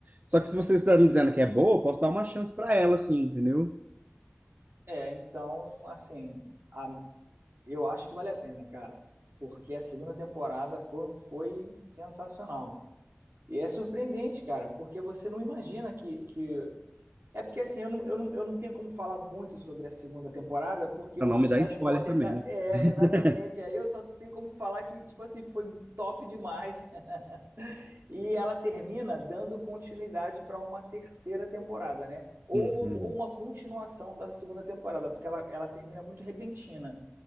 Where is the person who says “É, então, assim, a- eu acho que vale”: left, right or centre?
Right